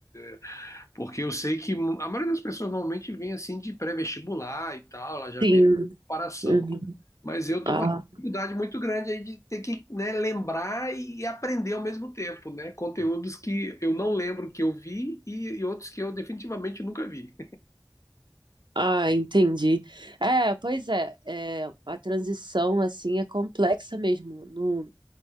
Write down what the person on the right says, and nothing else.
Sim.
uhum.
Ah,
ah, entendi. É, pois é, é, a transição assim é complexa mesmo. No,